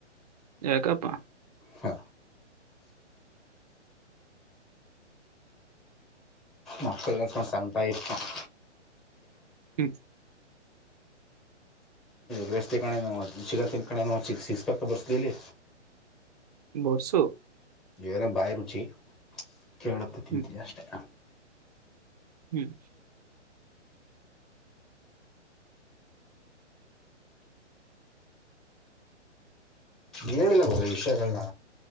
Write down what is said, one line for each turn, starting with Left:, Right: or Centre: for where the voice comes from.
Right: ಯಾಕಪ್ಪಾ
Centre: ಹಾ ಮಕ್ಕಳಲ್ಲಕ್ಕು ಸ್ತಾ ಇಷ್ಟತಾ
Right: ಹ್ಮ್
Centre: ವ್ಯಸ್ಥ ಕಣೇ ಚಿಕನ್ ತಿಂದಕಣೇನ ಚಿ ಸಿಗ್ಸ್ಬೇಕಕ್ ಬರ್ಸಲಲ್ಲಿ
Right: ಬರ್ಸು
Centre: ಏನೋ ಬಾಯಿ ರುಚಿ ಕೆಳತ್ತ ತಿಂತೀನಿ
Right: ಹ್ಮ್
Centre: ಅಷ್ಟೆ
Right: ಹ್ಮ್
Centre: ಹೇಳಿಲ್ಲಬಹದು ವಿಷಯಗಳನ್ನ